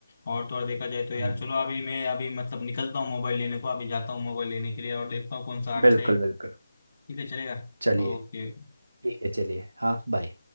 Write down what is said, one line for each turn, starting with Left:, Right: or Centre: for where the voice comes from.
Left: और तो और देखा जाए तो यार
Right: हम्म,
Left: चलो अभी मैं अभी मतलब निकलता हूँ मोबाइल लेने को अभी जाता हूँ मोबाइल लेने के लिए और देखता हूँ कौन सा अच्छा
Right: बिल्कुल
Left: है
Right: बिल्कुल
Left: ठीक है चलेगा
Right: चलिए
Left: ओके
Right: ठीक है चलिए हाँ बाय